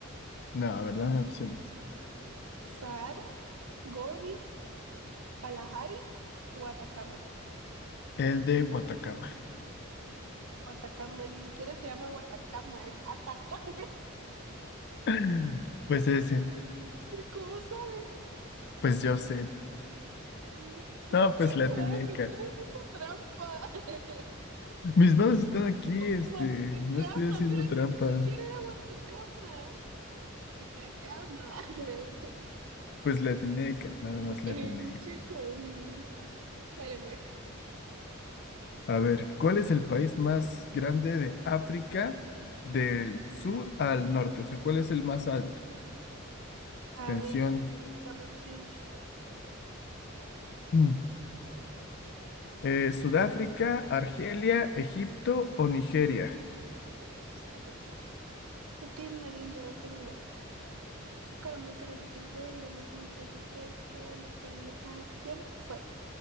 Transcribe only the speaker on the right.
¿Sahara, Gobi, Kalahari o Atacama?
O Atacama, ni siquiera se llama Guatacama, es Atacama.
<laughs> ¿Cómo sabes?
Mm, Pinche
Juan,
estás
haciendo trampa. <laughs>
Guatacama,
pero
si ni siquiera era Guatacama. Atacama. <laughs>
Pinche
Juani. Dale, pues.
A ver, dame opciones.
Saborear. Petit Melinda Open Web. Buscaronme caretita fue, yo no fui, fétate, pégale, pégale. ¿A quién fue?